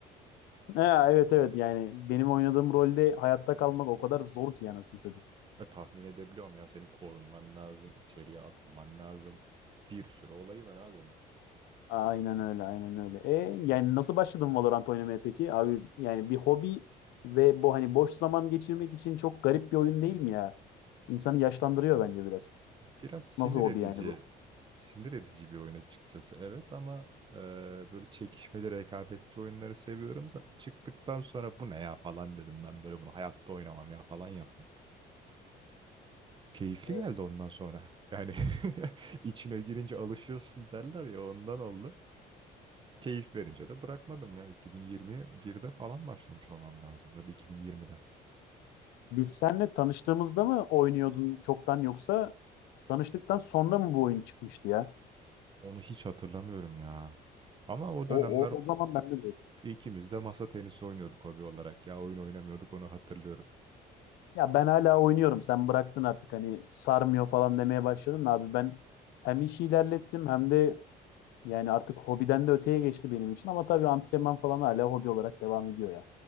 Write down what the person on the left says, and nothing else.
Ha, evet evet yani benim oynadığım rolde hayatta kalmak o kadar zor ki anasını satayım.
Aynen öyle aynen öyle. E yani nasıl başladın Valorant oynamaya peki? Abi yani bir hobi ve bu hani boş zaman geçirmek için çok garip bir oyun değil mi ya? İnsanı yaşlandırıyor bence biraz.
Nasıl hobi
yani bu?
Evet.
Biz seninle tanıştığımızda mı oynuyordun çoktan yoksa Tanıştıktan sonra mı bu oyun çıkmıştı ya?
O,
o, o zaman ben de dedim.
Ya ben hala oynuyorum. Sen bıraktın artık hani sarmıyor falan demeye başladın da abi. Ben hem işi ilerlettim hem de yani artık hobiden de öteye geçti benim için. Ama tabii antrenman falan hala hobi olarak devam ediyor ya.